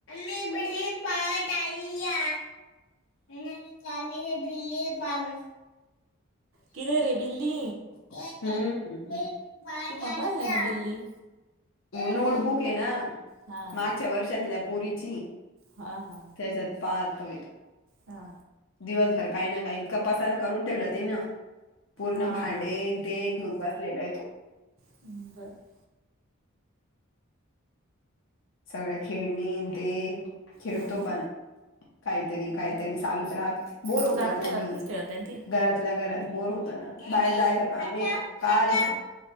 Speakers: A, on the left; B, on the right.
A: <unintelligible> <inaudible> <unintelligible> <inaudible>
B: किदर है बिल्ली?
A: <unintelligible> <inaudible>
B: तू म्हणू राहिला ना बिल्ली
A: नोटबुक ये ना,
B: हा
A: मागच्या
B: का
A: वर्षातल्या पोरीची
B: हा हा.
A: त्याच्यात पात <unintelligible>
B: हा.
A: दिवसभर काय ना काय, इतका पसारा करून ठेवला तिन पूर्ण
B: हा
A: भांडे
B: हा
A: ते घेऊन बसलेला आहे तो.
B: <unintelligible> <inaudible>
A: सगळ्या खेळणीन ते, खेळतो
B: हा
A: पण काहीतरी काहीतरी चालुच राहत, बोर
B: मग
A: होतो
B: घरातल्या
A: तो बी,
B: घरातच खेळत आहे ना ती
A: घरात आपल्या घरात बोर होत ना, बाहेर जायचं काम नाही काल
B: हा